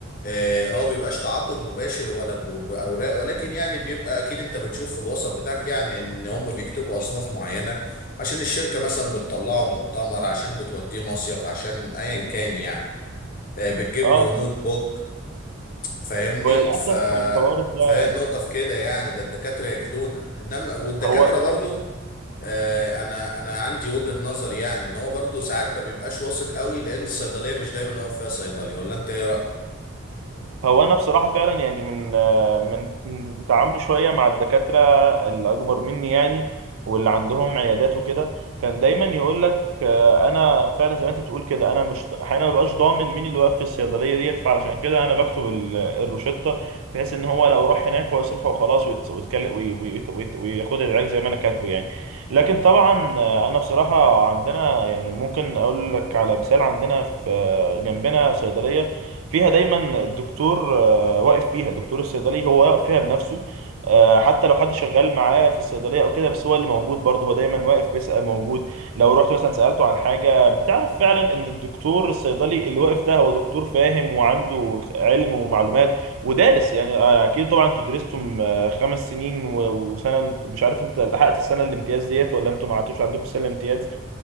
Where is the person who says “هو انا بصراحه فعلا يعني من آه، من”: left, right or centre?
Right